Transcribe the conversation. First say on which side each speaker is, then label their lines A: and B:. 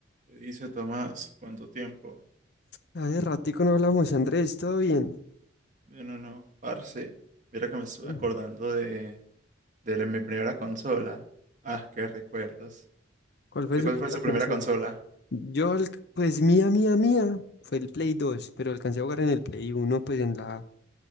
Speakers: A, on the right; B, on the left.
A: ¿Qué dice Tomás? ¿Cuánto tiempo?
B: Hace ratico no hablamos, Andrés, ¿todo bien?
A: Bien o no, parce. Mira que me estuve
B: Bien.
A: acordando de, de la- mi primera consola. Ah, qué recuerdos.
B: ¿Cuál fue
A: ¿Sé
B: su
A: cuál
B: primera
A: fue su primera
B: consola?
A: consola?
B: Yo, al- pues mía, mía, mía, fue el Play dos, pero alcancé a jugar en el Play uno, pues en la,